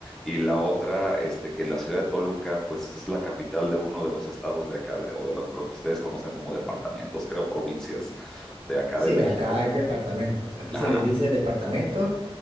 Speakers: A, in the centre; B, on the right.
A: Y la otra, este, que la ciudad de Toluca, pues es la capital de uno de los estados de acá, de, o de lo, lo que ustedes conocen como departamentos, creo, provincias de acá
B: sí,
A: de México
B: acá es departamentos. Aquí
A: Ajá,
B: se les dice departamentos